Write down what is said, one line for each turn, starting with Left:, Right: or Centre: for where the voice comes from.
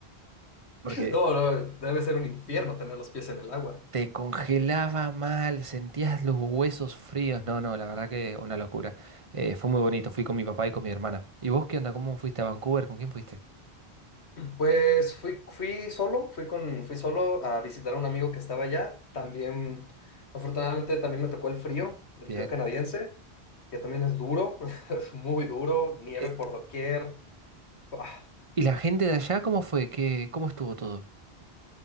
Right: Porque
Left: No, no, debe ser un infierno tener los pies en el agua.
Right: Te congelaba mal, sentías los huesos fríos. No, no, la verdad que una locura. Eh, fue muy bonito, fui con mi papá y con mi hermana. ¿Y vos qué onda? ¿Cómo fuiste a Vancouver? ¿Con quién fuiste?
Left: Pues fui, fui solo, fui con, fui solo a visitar a un amigo que estaba allá. También, afortunadamente, también me tocó el frío, el
Right: Bien.
Left: frío canadiense, que también es duro, <laughs> es muy duro, nieve
Right: Eh,
Left: por doquier. Ah,
Right: ¿y la gente de allá cómo fue? ¿Qué, cómo estuvo todo?